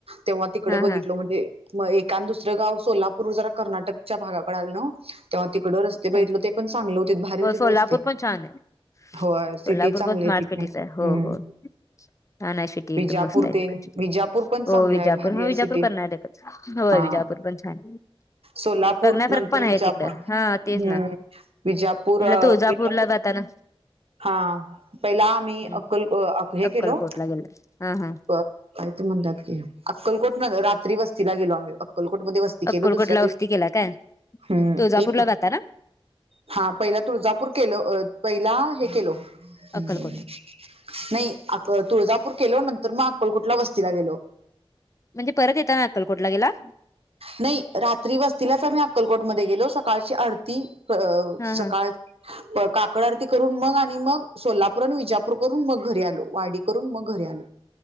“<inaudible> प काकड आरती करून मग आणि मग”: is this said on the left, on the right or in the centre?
Right